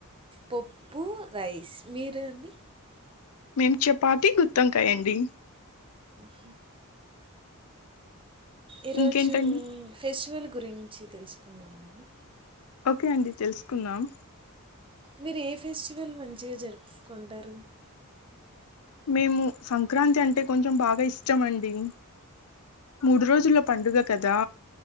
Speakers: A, on the right (about 25°); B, on the left (about 75°).
A: పొప్పు రైస్ మీరు అండి
B: మేం చపాతి గుత్తోంకాయ్ అండి
A: ఆహ్ ఈరోజు
B: ఇంకేంటండి
A: ఫెస్టివల్ గురించి తెలుసుకుందామండి
B: ఓకే అండి తెలుసుకుందాం
A: మీరు ఏ ఫెస్టివల్ మంచిగా జరుపుకుంటారు
B: మేము సంక్రాంతి అంటే కొంచెం బాగా ఇష్టం అండి మూడు రోజుల్లో పండుగ కదా